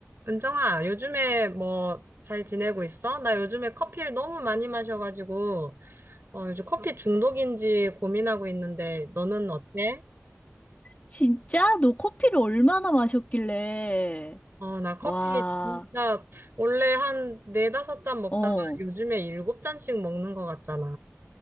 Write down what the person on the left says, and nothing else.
진짜? 너 커피를 얼마나 마셨길래?
와,
어,
<gasps>